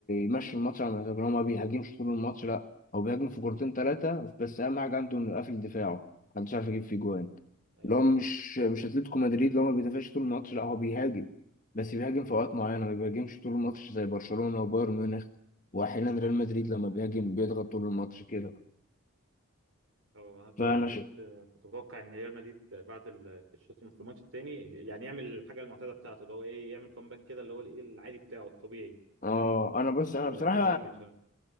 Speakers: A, on the left (about 35°); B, on the right (about 60°).
A: يمشي الماتش على مزاجه هو ما بيهاجمش طول الماتش لا هو بيهاجم في كورتين ثلاثة بس أهم حاجة عنده إنه قافل دفاعه محدش عارف يجيب فيه جوان
B: امم
A: اللي هو مش مش أتلتيكو مدريد اللي هو ما بيدافعش طول الماتش لا هو بيهاجم بس بيهاجم في أوقات معينة ما بيهاجمش طول الماتش زي برشلونة وبايرن ميونخ وأحيانا ريال مدريد لما بيهاجم بيضغط طول الماتش كده
B: هو انا برضه
A: فأنا
B: كنت
A: ش...
B: كنت متوقع ان ريال مدريد بعد ال- الشوط في الماتش التاني يعني يعمل الحاجه المعتاده بتاعته اللي هو ايه يعمل كومباك كده اللي هو الايه العادي بتاعه الطبيعي
A: اه أنا
B: بس
A: بص أنا
B: خذلني
A: بصراحة
B: بصراحه